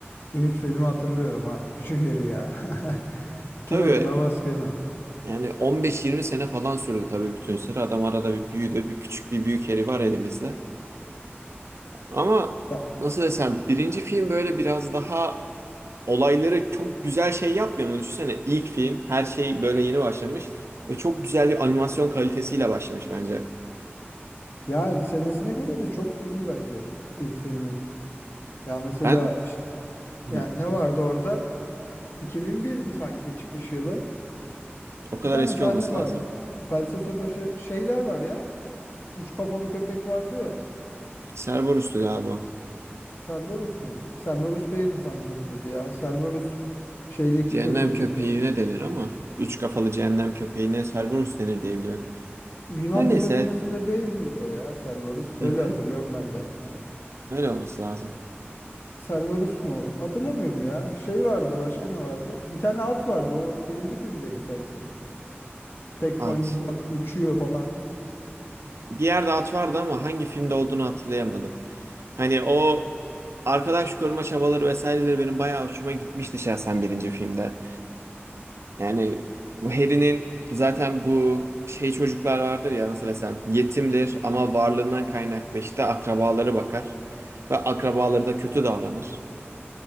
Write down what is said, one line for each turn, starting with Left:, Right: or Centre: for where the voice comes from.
Left: İlk filmi hatırlıyorum Ah Küçük Harry ya. <laughs>
Right: Tabii
Left: Kim hatırlamaz ki onu?
Right: yani 15-20 sene falan sürdü tabii bütün seri. Adam arada bir büyüdü. Bir küçük bir büyük Harry var elimizde. Ama
Left: Ya,
Right: nasıl desem birinci film böyle biraz daha olayları çok güzel şey yapmıyor mu? Düşünsene ilk film her şey böyle yeni başlamış. Ve çok güzel bir animasyon kalitesiyle başlamış bence.
Left: ya senesine göre de çok da iyi bence ilk filmin. Ya mesela
Right: Ben
Left: işte
Right: Hı
Left: yani ne vardı orada? 2001'di sanki çıkış yılı.
Right: O kadar
Left: Bir tane
Right: eski
Left: sahne
Right: olması
Left: vardı.
Right: lazım.
Left: Felsefe taşı şeyler var ya. Üç kafalı köpek vardı ya.
Right: Cerberus'tu galiba.
Left: Cerberus muydu? Cerberus değildi sanki onun adı ya. Cerberus şeydeki
Right: Cehennem
Left: köpeğin
Right: köpeğine
Left: adı.
Right: denir ama üç kafalı cehennem köpeğine Cerberus denir diye biliyorum.
Left: Yunan
Right: Her
Left: mitolojisinde
Right: neyse
Left: değil miydi o ya Cerberus? Öyle
Right: hı hı,
Left: hatırlıyorum ben de.
Right: öyle olması lazım.
Left: Cerberus mu? Hatırlamıyorum ya. Şey vardı başka ne vardı? Bir tane at vardı o birinci filmdeydi sanki. Tek
Right: At.
Left: boynuzlu at uçuyor falan.
Right: Bir yerde at vardı ama hangi filmde olduğunu hatırlayamadım. Hani o arkadaş koruma çabaları vesaireleri benim bayağı hoşuma gitmişti şahsen birinci filmde. Yani bu Harry'nin zaten bu şey çocuklar vardır ya nasıl desem yetimdir ama varlığından kaynaklı işte akrabaları bakar ve akrabaları da kötü davranır.